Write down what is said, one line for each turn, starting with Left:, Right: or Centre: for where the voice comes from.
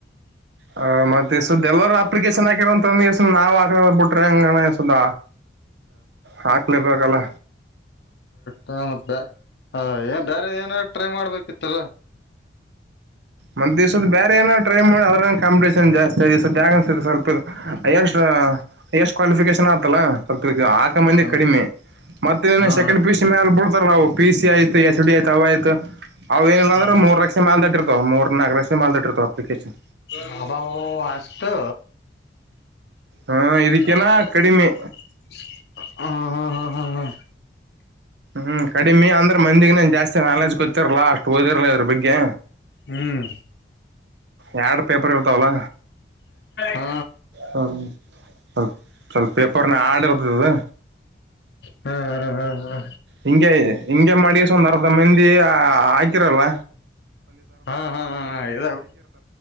Right: ಹ ಮತ್ತೆ ಸುದ ಎಲ್ಲರೂ ಅಪ್ಲಿಕೇಶನ್ ಹಾಕಿರಂತಂದ್ ನಾವ್ ಹಾಕ ಬಿಟ್ರೆ ಹಂಗಣ ಸುದ ಹಾಕ್ಲೇಬೇಕಲ್ಲ.
Left: ಹ ಮತ. ಹಾ ಏ ಬೇರೆ ಏನಾರು ಟ್ರೈ ಮಾಡ್ಬೇಕಿತ್.
Right: ಮತ್ತ ಬೇರೆ ಏನಾದ್ರು ಟ್ರೈ ಮಾಡಿ ಆದ್ರಗಾ ಕಾಂಪಿಟೇಷನ್ ಜಾಸ್ತಿ. ಸರಿ ಸ್ಯಾಗನ್ಸ ಸ್ವಲ್ಪ ಎಷ್ಟು. ಹೈಯೆಸ್ಟ್ ಕ್ವಾಲಿಫಿಕೇಶನ್ ಆತಲ್ಲ ಸ್ವಲ್ಪ. ಈಗ ಹಾಕ ಮಂದಿ
Left: ಹ
Right: ಕಡಿಮೆ ಮತ್ತೆ
Left: ಹಾ
Right: ಸೆಕೆಂಡ್ ಪಿಯುಸಿ ಮೇಲೆ ಬಿಡ್ತಾರ ನಾವು ಪಿ ಸಿ ಆಯ್ತ್ ಎಸ್ ಡಿ ಆಯ್ತ್ ಅವ ಆಯ್ತ್. ಅವವು ಏನಿಲ್ಲ
Left: ಹಾ
Right: ಅಂದ್ರ ಮೂರ್ ಲಕ್ಷ ಮೇಲ್ ದಾಟಿರ್ಥವ. ಮೂರ್ ನಾಗರ ಮಾಡಲ್ ಇರ್ತತ್ತು ಅಪ್ಲಿಕೇಶನ್.
Left: ಹ ಅಷ್ಟು.
Right: ಹಾ ಇದಕ್ಕೇನ
Left: <inaudible>
Right: ಕಡಿಮೆ
Left: ಹಾ ಹಾ ಹಾ ಹಾ ಹಾ.
Right: ಹ್ಮ್ ಕಡಿಮೆ ಅಂದ್ರೆ. ಮಂದಿಗೆ ಎನ್ ಜಾಸ್ತಿ ನಾಲಜ್ ಗೊತ್ತು. ಚತ್ತರ್ ಲಾಸ್ಟ್. ಓದಿರ್ಲ ಅದ್ರ ಬಗ್ಗೆ.
Left: ಹ್ಮ.
Right: ಎರಡು ಪೇಪರ್ ಇರ್ತಾವಲ್ಲ
Left: ಹಾ
Right: ಹ್ಮ. ಸ್ವಲ್ಪ ಸ್ವಲ್ಪ ಪೇಪರ್ನ ಹಾರ್ಡ್ ಇರ್ತಾವಲ್ಲ.
Left: ಹ್ಮ ಹ ಹಾ ಹಾ.
Right: ಹಿಂಗೆ ಹಿಂಗೆ ಮಾಡಿ ಸ್ವಲ್ಪ ಒಂದ್ ಅರ್ಧ ಮಂದಿ ಆ. ಹಾ ಹಾಕಿರಲಿಲ್ಲ.
Left: ಹಾ ಹಾ ಹ